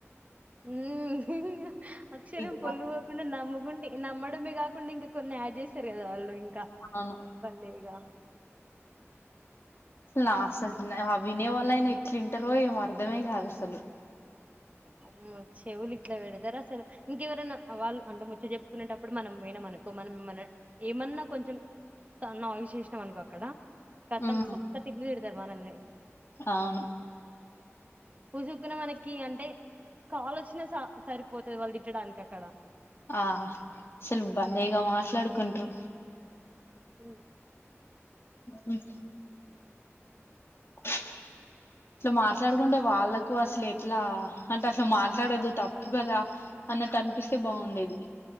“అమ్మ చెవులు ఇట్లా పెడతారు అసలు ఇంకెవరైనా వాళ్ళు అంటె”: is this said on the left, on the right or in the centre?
Right